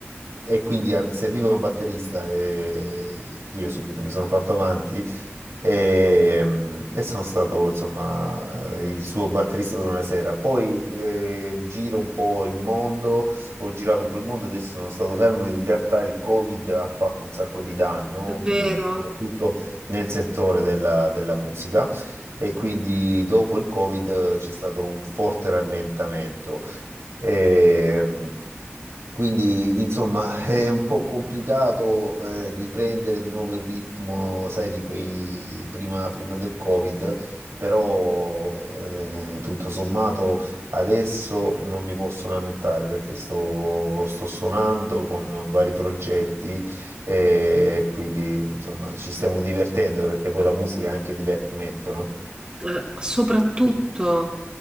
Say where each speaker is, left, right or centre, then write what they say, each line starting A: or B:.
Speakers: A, on the right (about 80°); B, on the right (about 20°).
A: e quindi eh, serviva un batterista e io subito mi sono fatto avanti e, mm, e sono stato insomma il suo batterista per una sera. Poi eh, giro un po' il mondo, ho girato un po' il mondo, adesso sono stato fermo. In realtà il Covid ha fatto un sacco di danno,
B: È vero.
A: mm, soprattutto nel settore della, della musica. E quindi dopo il Covid eh, c'è stato un forte rallentamento. Ehm, quindi, insomma, <laughs> è un po' complicato eh, riprendere di nuovo il ritmo, sai, di quei prima, prima del Covid, però eh, tutto sommato adesso non mi posso lamentare perché sto, sto suonando con vari progetti e quindi, insomma, ci stiamo divertendo perché poi la musica è anche divertimento, no?
B: Eh, soprattutto